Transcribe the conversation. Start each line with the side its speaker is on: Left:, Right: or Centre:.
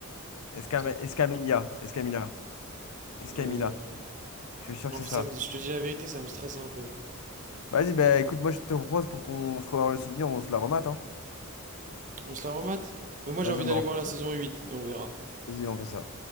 Left: Escam-
Right: Ça-
Left: Escamilla, Escamilla, Escamilla.
Right: euh,
Left: Je suis sûr
Right: En
Left: que c'est
Right: fait,
Left: ça.
Right: ça me- je te dis la vérité, ça me stresse un peu.
Left: Vas-y, bah écoute, moi je te propose pour qu'on se remémore le souvenir, on se la remate, hein.
Right: On se la remate? Mais moi, j'ai
Left: Vas-y,
Right: envie
Left: on,
Right: d'aller voir la saison 8 et on verra.
Left: vas-y, on fait ça.